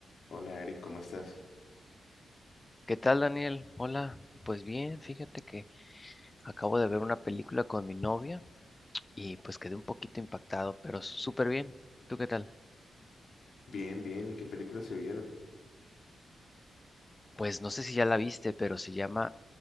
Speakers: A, on the left (about 70°); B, on the left (about 25°).
A: Hola Eric, ¿cómo estás?
B: ¿Qué tal, Daniel? Hola, pues bien, fíjate que acabo de ver una película con mi novia y pues quedé un poquito impactado, pero súper bien. ¿Tú qué tal?
A: Bien, bien. ¿Y qué películas se vieron?
B: Pues no sé si ya la viste, pero se llama